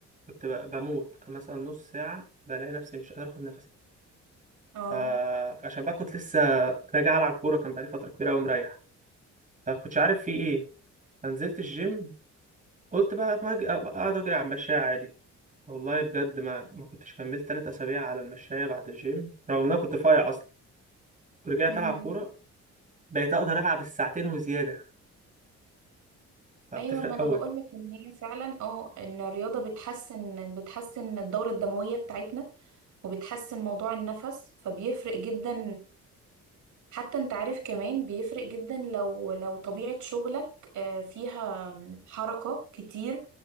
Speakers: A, on the right; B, on the right.
A: كنت ب- بموت مثلا نص ساعة بلاقي نفسي مش قادر أخد نفسي
B: اه
A: فعشان بقى كنت لسه راجع ألعب كورة كان بقالي فترة كبيرة أوي مريح فكنتش عارف في إيه فنزلت الجيم قلت بقى ما أج- أبقى أقعد أجري على المشاية عادي والله بجد ما ما كنتش كملت تلات أسابيع على المشاية بعد الجيم رغم إن أنا كنت رفيع أصلا ورجعت
B: امم
A: ألعب كورة بقيت أقدر ألعب الساعتين وزيادة فبتفرق
B: ايوه ما انا
A: أوي
B: بقولك ان هي فعلا اه ان الرياضه بتحسن بتحسن الدوره الدمويه بتاعتنا وبتحسن موضوع النفس فبيفرق جدا حتى انت عارف كمان بيفرق جدا لو لو طبيعة شغلك آه، فيها حركة كتير